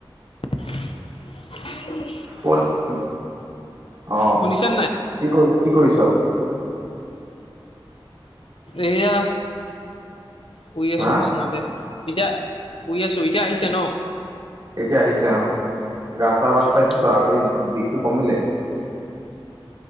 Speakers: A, on the left (about 80°); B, on the right (about 50°).
A: <unintelligible>
B: কত, অ',
A: শুনিছা
B: কি কৰি কি কৰিছ?
A: এইয়া শুই আছো
B: হা
A: বিচনাতে, এতিয়া, শুই আছো, এতিয়া আহিছে ন?
B: এতিয়া আহিছে অ', গা চা ভাল পাইছ,
A: উম,
B: এই বিষটো কমিলে?